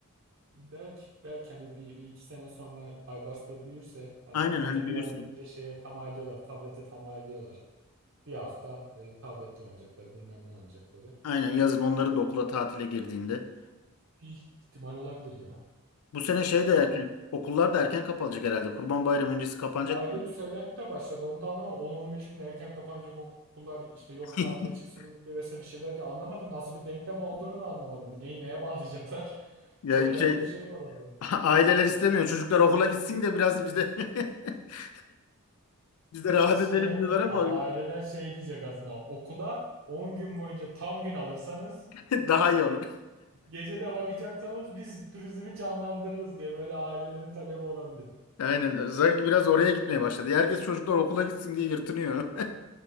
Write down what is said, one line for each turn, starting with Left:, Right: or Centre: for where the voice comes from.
Right: Belki belki hani bir, bir iki sene sonra Aybars'ta büyürse hani
Left: Aynen
Right: zaten
Left: hani büyürse.
Right: biraz büyüyünce şeye tamah ediyorlar. Tablete tamah ediyorlar. Bir hafta öyle tabletle oynayacakları bilmem ne oynayacakları.
Left: Aynen yazın onların da okula tatile girdiğinde.
Right: Bir ihtimal olabilir ya.
Left: Bu sene şey de
Right: Ama
Left: erken
Right: bir,
Left: okullar da erken kapanacak herhalde. Kurban Bayramı öncesi kapanacak
Right: ya öyle
Left: diye biliyorum.
Right: bir söylenti de başladı. Ondan ama on on beş gün erken kapanacak okullar işte yok tatile
Left: <laughs>
Right: çıksın millet diye vesaire bir şeyler diye anlamadım. Nasıl bir denklem olduğunu da anlamadım. Neyi neye bağlayacaklar? <laughs>
Left: Ya
Right: Çok garip
Left: şey
Right: bir şey var orada.
Left: <laughs> Aileler istemiyor. Çocuklar okula gitsin de biraz biz de <laughs> biz de rahat
Right: Şey
Left: edelim
Right: yap
Left: diyorlar
Right: a-
Left: ama
Right: aileler şey diyecek aslında okula 10 gün boyunca tam gün alırsanız
Left: <laughs> daha iyi olur.
Right: Gece de bakacaksanız biz turizmi canlandırırız diye böyle ailelerin talebi olabilir.
Left: Aynen. Sanki biraz oraya gitmeye başladı. Herkes çocuklar okula gitsin diye yırtınıyor.